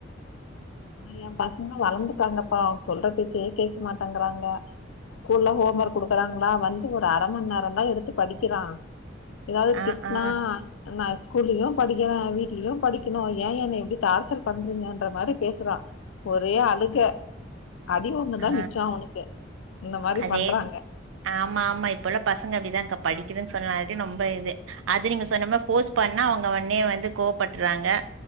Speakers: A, on the left; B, on the right.
A: ம் ஆ என் பசங்க வளர்ந்துதூட்ங்காங்கப்பா சொல்ற பேச்சியே கேட்க மாட்டேங்கறாங்க ஸ்கூல்ல ஹோம் ஒர்க் கொடுக்குறாங்களா வந்து ஒரு அரைமணி நேரம தான் எடுத்து படிக்கிறா ஏதாவது
B: ஆ
A: திட்னா
B: ஆ
A: நா ஸ்கூலுக் படிக்கேன் வீட்லயும் படிக்கணும் ஏன் என்ன எப்படி டார்ச்சர் பண்றீங்கன்ற மாரி பே றான் ஒரே அழுக அடி வாங்குனது
B: ஆ
A: தான் மிச்சம் அவனுக்கு இந்த மாரி
B: அதே
A: பண்றாங்க
B: ஆமா ஆமா இப்பல்லாம் பசங்க அப்படிதாகா படி க்துன்னு சொன்னாடி ரொம்ப இது அது நீங்க சொன்னம போஸ் பண்ணா அவங்க உடனே வந்து கோப்பட்றாங்க